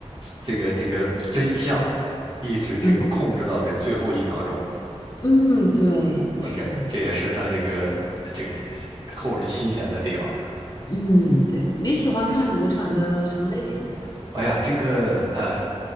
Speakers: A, on the right; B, on the left.
A: 这个这个真相一直这个控制到这最后一秒钟
B: 嗯嗯，对，
A: ，OK，
B: 是这样子。
A: 这也是他这个这个扣人心弦的地方。
B: 嗯，对，你喜欢看国产的什么类型的呀？
A: 哎呀，这个呃，